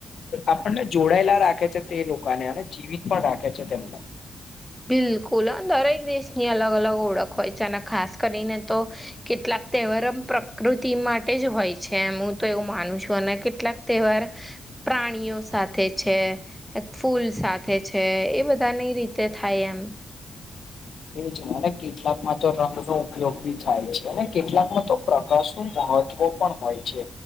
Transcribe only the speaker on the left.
આપણને જોડાયેલા રાખે છે, તે લોકોને અને જીવિત પણ રાખે છે તેમને.
એ જ કેટલાકમાં તો રંગ નો ઉપયોગ બી થાય છે, અને કેટલાકમાં તો પ્રકા ન મહત્વ પણ હોય છે,